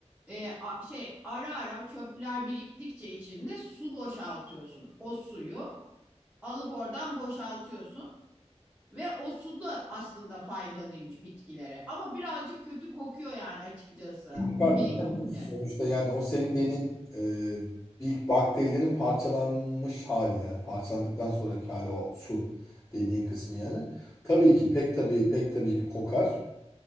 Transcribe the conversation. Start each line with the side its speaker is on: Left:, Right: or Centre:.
Centre: e, a- şey ara ara çöpler biriktikçe içinde su boşaltıyorsun. O suyu alıp oradan boşaltıyorsun ve o su da aslında faydalıymış bitkilere. Ama birazcık kötü kokuyor yani açıkçası
Left: Var
Centre: biriktikçe.
Left: tabii ama sonuçta yani o senin dediğin e, bir bakterilerin parçalanmış hali yani parçalandıktan sonraki hali o su dediğin kısmı yani. Tabii ki pek tabii pek tabii ki kokar.